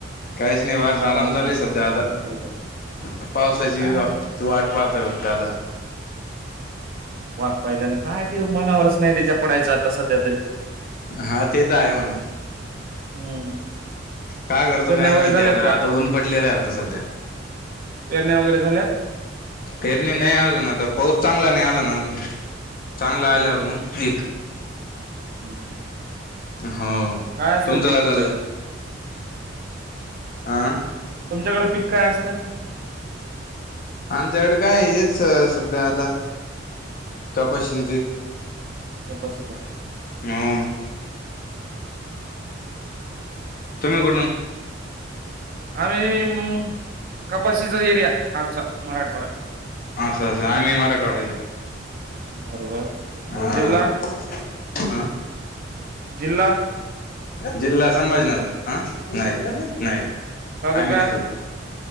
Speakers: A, on the left (about 50°); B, on the right (about 50°).
A: काहीच नाही बस
B: मम्मीला
A: आराम
B: सांग
A: चालू आहे
B: सरप्राईज.
A: सध्या त आता पावसाची
B: काय
A: तू वाट पाहतोय फक्त आता
B: वाट पहिल्या ना काय मते मना वरच नाही त्याच्या पडायचं आता सध्या तरी
A: हा ते तर आहे म्हणा
B: हम्म
A: काय करतो
B: पेरण्या
A: काय
B: वगैरे
A: माहिती
B: झाल्यात
A: आहे आता
B: का
A: आता ऊन पडलेलं आहे होता सध्या
B: पेरण्या वगैरे झाल्यात?
A: पेरणी नाही अजून आता पाऊस चांगला नाही आला ना अजून चांगला
B: बरोबर
A: आल्यावर मग एक
B: हम् ह
A: हो
B: काय असतं
A: तुमचं
B: पिकं
A: चाललंय
B: तिकडं?
A: आं
B: तुमच्याकडे पीक काय असतं?
A: आमच्याकडे काय हेच सध्या आता कपाशींचे
B: गप बशी का? <unintelligible>
A: हम्म तुम्ही कुठून?
B: आम्ही अ कपाबशीचा एरिया आमचा मराठवाडा
A: असं सांग की मराठवाड्याचे
B: बरोबर.
A: हम्म
B: जिल्हा
A: हम्म
B: जिल्हा?
A: जिल्हा संभाजीनगर अ नाही
B: हम्म.
A: नाही
B: तालुका
A: आम्ही निसू